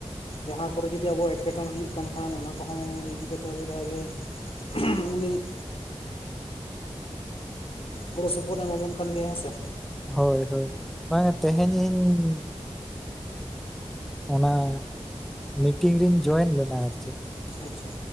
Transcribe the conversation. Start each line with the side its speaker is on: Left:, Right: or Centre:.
Left: ᱡᱟᱦᱟᱸ ᱠᱚᱨᱮ ᱡᱩᱫᱤ ᱟᱵᱚ ᱮᱸᱴᱠᱮᱴᱚᱬᱮ ᱦᱩᱭᱩᱜ ᱠᱟᱱ ᱠᱷᱟᱱ ᱚᱱᱟ ᱠᱚᱦᱚᱸ ᱤᱫᱤ ᱠᱟ ᱠᱟᱛᱮᱫ ᱟᱵᱚ ᱡᱟᱦᱟᱸᱭ ᱜᱮ। ᱩᱱᱤ ᱜᱚᱲᱚ ᱥᱚᱯᱚᱦᱚᱫ ᱮᱢᱟᱵᱚᱱ ᱠᱟᱱ ᱜᱮᱭᱟ ᱦᱮᱸ ᱥᱮ।
Centre: ᱦᱳᱭ ᱦᱳᱭ ᱵᱟᱝ ᱛᱮᱦᱮᱧ ᱤᱧ, ᱚᱱᱟ ᱢᱤᱴᱤᱝ ᱨᱧ ᱡᱚᱭᱮᱱ ᱞᱮᱱᱟ ᱟᱨ ᱪᱮᱫ,
Left: ᱟᱪᱪᱷᱟ,